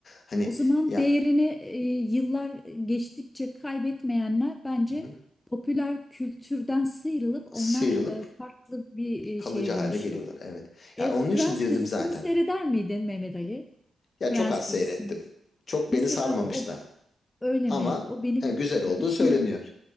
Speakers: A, on the left; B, on the left.
A: Hani
B: O zaman
A: ya
B: değerini e, yıllar geçtikçe kaybetmeyenler bence
A: hı,
B: popüler kültürden sıyrılıp
A: sıyrılıp
B: onlar e, farklı bir
A: kalıcı
B: e, şeye
A: hale
B: dönüşüyorlar.
A: geliyorlar. Evet.
B: E,
A: Yani onun
B: Friends
A: için dedim
B: dizisini
A: zaten.
B: seyreder miydin Mehmet Ali?
A: Ya
B: Friends
A: çok az
B: dizisini.
A: seyrettim. Çok
B: Mesela
A: beni sarmamış
B: o
A: da.
B: öyle
A: Ama
B: mi? O benim
A: e, güzel olduğu
B: için
A: söyleniyor.